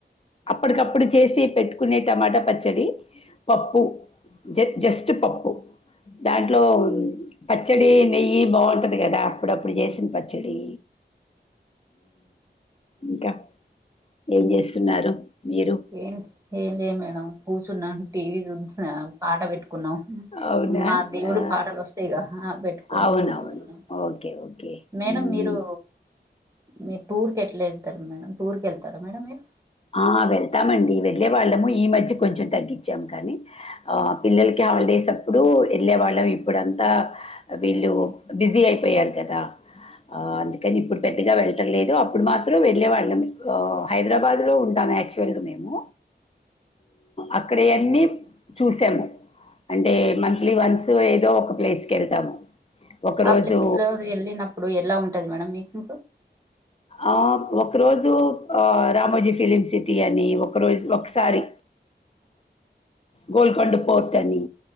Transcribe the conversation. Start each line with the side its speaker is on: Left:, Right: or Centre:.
Left: అప్పటికప్పుడు చేసి పెట్టుకునే టమాటా పచ్చడి పప్పు జ జస్ట్ పప్పు దాంట్లో పచ్చడి నెయ్యి బాగుంటది కదా అప్పుడప్పుడు చేసిన పచ్చడి ఇంకా ఏం చేస్తున్నారు మీరు
Right: ఏ ఏ లే మేడం కూ ఉన్నాను టీవీ చూస పాట పెట్టుకున్నాం
Left: అవునా
Right: మా దేవుడు
Left: ఆ
Right: పాటలు వస్తాయిగా పెట్టుకొని
Left: అవునవును
Right: చూస్తున్నాం
Left: ఓకే ఓకే
Right: మేడం
Left: ఉమ్
Right: మీరు మీరు టూర్ కెట్లా వెళ్తారు మేడంమ్ టూర్ కి వెళ్తారా మేడం మీరు
Left: ఆ వెళ్తామండి వె వెళ్ళే వాళ్ళము ఈ మధ్య కొంచం తగ్గించాంము కాని ఆ పిల్లలకి హాలిడేస్ అప్పుడు వెళ్ళే వాళ్ళం ఇప్పుడంతా వీళ్ళు బిజీ అయిపోయారు కదా అందుకని ఇప్పుడు పెద్దగా వెళ్ళటం లేదు అప్పుడు మాత్రం వెళ్ళే వాళ్ళం హైదరాబాద్ లో ఉంటాము యాక్చువల్ మేము అక్కడ అన్నీ చూసాము అంటే మంత్లీ వన్స్ ఏదో ఒక ప్లేస్కి వెళ్తాము ఒకరోజు
Right: ఆ ప్లేస్ లో వెళ్ళినప్పుడు ఎలా ఉంటది మేడం మీకు
Left: ఆ ఒక రోజు ఆ రామోజీ ఫిలిమ్ సిటీ అని ఒక రోజు ఒకసారి గోల్కొండ పోర్ట్ అని